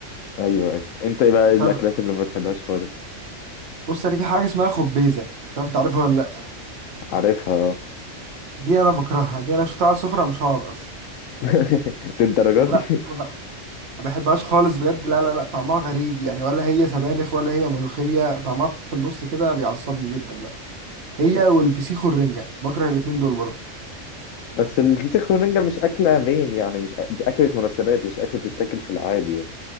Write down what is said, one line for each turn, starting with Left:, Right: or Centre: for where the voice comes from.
Left: ايوه ايوه انت ايه بقى إيه
Right: فرق.
Left: الاكلات اللي ما بتحبهاش خالص
Right: بص أنا في حاجة اسمها خبيزة مش عارف أنت عارفها ولا لأ
Left: عارفها اه
Right: دي أنا بكرهها دي أنا شفتها على السفرة مش هقعد أصلا
Left: <laughs> للدرجه
Right: يعني لا
Left: دي
Right: ما بحبهاش خالص بجد لا لا لا طعمها غريب يعني ولا هي سبانخ ولا هي ملوخية طعمها في النص كده بيعصبني جدا بقى هي والفسيخ والرنجة بكره الاتنين دول برضه
Left: بس الفسيخ والرنجة مش أكلة مين يعني مش أ- دي أكلة مناسبات مش أكلة تتاكل في العادي يعني.